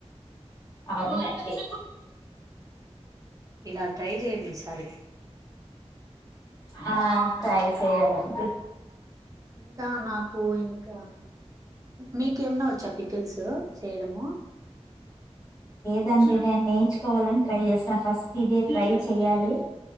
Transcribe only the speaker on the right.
ఉ ఇలా ట్రై జేయండి తడి
ఇంకా నాకు ఇంకా మీకేమనా వ చెప్ పికిల్సు చేయడము